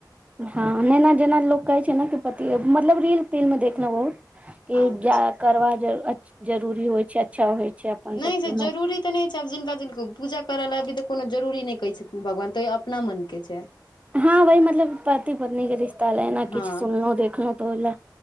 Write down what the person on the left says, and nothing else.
अच्छा
नहि जे
जरूरी तऽ नहि छै आब जिनका जिनको पूजा कर ल अी तऽ कोनो जरूरी नहि कहै छथिन भगवान तइयो अपना मन के छै
हँ